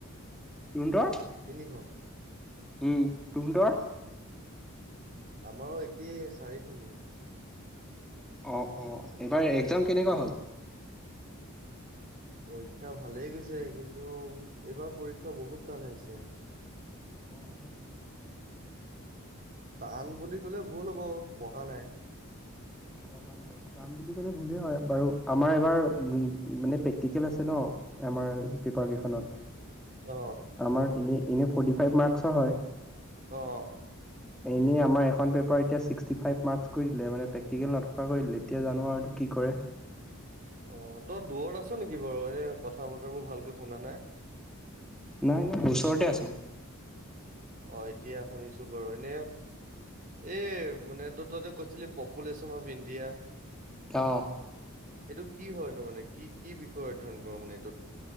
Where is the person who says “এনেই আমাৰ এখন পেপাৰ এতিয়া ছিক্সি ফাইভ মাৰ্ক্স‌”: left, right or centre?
Centre